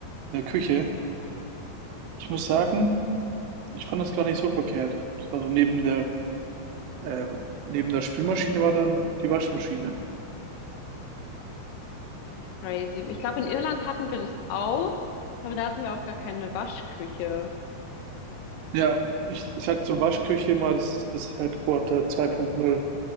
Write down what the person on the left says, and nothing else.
Crazy. Ich glaube, in Irland hatten wir das auch, aber da hatten wir auch gar keine Waschküche.